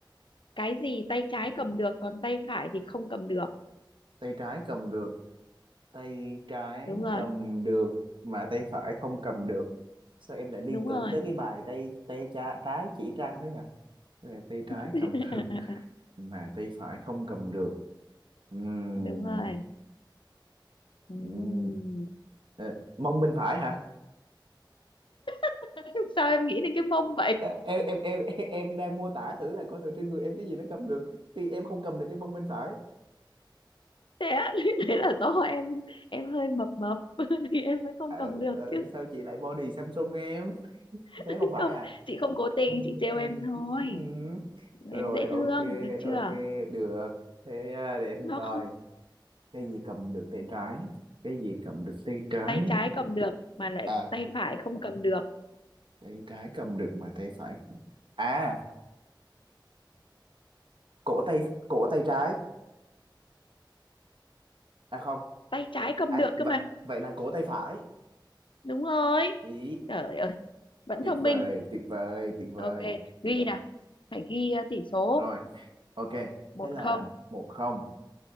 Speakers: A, on the left; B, on the right.
A: cái gì tay trái cầm được còn tay phải thì không cầm được
B: Tay trái cầm được, tay trái
A: đúng rồi
B: cầm được mà tay phải không cầm được. Sao em lại liên
A: đúng
B: tưởng
A: rồi
B: tới cái bài tay tay cha, trái chỉ trăng thế nhỉ? Rồi, tay trái
A: <laughs>
B: cầm <laughs> được mà tay phải không cầm được. Ừm,
A: đúng rồi Ừm.
B: ừm. Ờ, mông bên phải hả?
A: <laughs> sao em nghĩ đến cái mông vậy
B: em em em <laughs> em đang mô tả thử là coi thử trên người em cái gì nó cầm được thì em không cầm được cái mông bên phải
A: thế á, <laughs> thế là do em em hơi mập mập <laughs> thì em mới không
B: Ờ,
A: cầm được
B: ờ,
A: chứ
B: sao chị lại body Samsung em <laughs>
A: <laughs>
B: thế không phải
A: không
B: à
A: chị không cố tình
B: Ừ,
A: chị trêu
B: ừ,
A: em thôi
B: ừ. rồi
A: em dễ
B: ok
A: thương được chưa
B: ok được thế à, để em
A: no
B: coi cái gì cầm được tay trái cái gì cầm được tay trái
A: tay trái cầm được mà lại
B: à
A: tay phải không cầm được
B: tay trái cầm được mà tay phải à cổ tay cổ tay trái à không
A: tay trái cầm
B: ai
A: được
B: vậy
A: cơ mà
B: vậy là cổ tay phải
A: đúng rồi
B: ý
A: trời ơi vẫn
B: tuyệt
A: thông
B: vời
A: minh
B: tuyệt vời tuyệt vời
A: ok ghi nào phải ghi ờ, tỷ số
B: rồi ok
A: một
B: thế là
A: không
B: một không